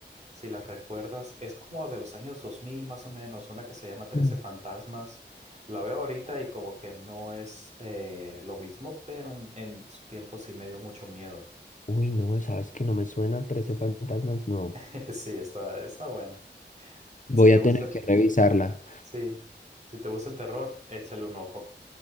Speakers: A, on the right; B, on the left.
A: si las recuerdas, es como de los años 2000 más o menos, una que se llama Trece
B: Mm.
A: Fantasmas. La veo ahorita y como que no es eh, lo mismo, pero en en su tiempo sí me dio mucho miedo.
B: Uy, no, ¿sabes que no me suena Trece fantasmas? No.
A: <laughs> Sí, está, está buena.
B: Voy
A: Si te
B: a
A: gusta
B: tener
A: el,
B: que revisarla.
A: sí, si te gusta el terror, échale un ojo.